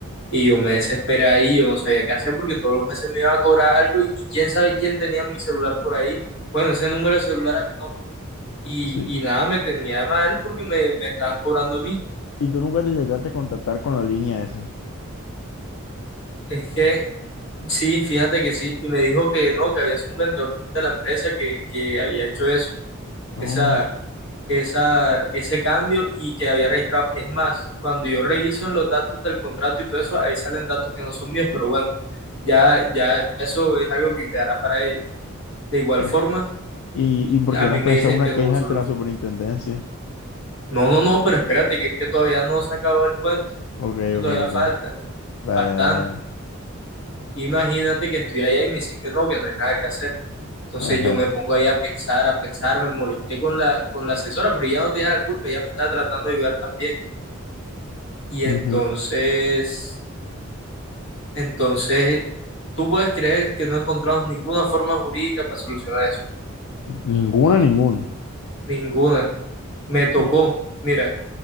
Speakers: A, on the left (about 60°); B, on the left (about 85°).
A: Y yo me desesperé ahí, yo no sabía qué hacer porque todos los meses me iba a cobrar algo y, y quién sabe quién tenía mi celular por ahí. Bueno, ese número de celular a mi nombre. Y,
B: Sí.
A: y nada, me tenía mal porque me, me estaban cobrando a mí.
B: Y tú nunca te intentaste contactar con la línea esa.
A: Es que sí, fíjate que sí. Y me dijo que no, que había sido un vendedor de la empresa que, que había hecho eso.
B: No,
A: esa, esa, ese cambio y que había registrado. Es más, cuando yo reviso en los datos del contrato y todo eso, ahí salen datos que no son míos, pero bueno, ya, ya eso es algo que quedará para ellos. De igual
B: sí.
A: forma,
B: ¿Y, y por
A: a
B: qué
A: mí
B: no has
A: me
B: pensado
A: dicen
B: una
A: que no
B: queja
A: hubo solución.
B: ante la superintendencia?
A: No, no, no, pero espérate, que es que todavía no se acabó el cuento,
B: Ok,
A: todavía
B: ok, ok.
A: falta
B: Dale,
A: bastante.
B: dale, dale.
A: Imagínate que estoy allá y me dicen que no, que no hay nada que hacer. Entonces
B: Ajá.
A: yo me pongo ahí a pensar, a pensar, me molesté con la, con la asesora, pero ya no tenía la culpa, ella me estaba tratando de ayudar también. Y
B: Ujú.
A: entonces, entonces, tú puedes creer que no encontramos ninguna forma jurídica para solucionar eso.
B: Ninguna, ninguna.
A: Ninguna. Me tocó.
B: Y-
A: Mira,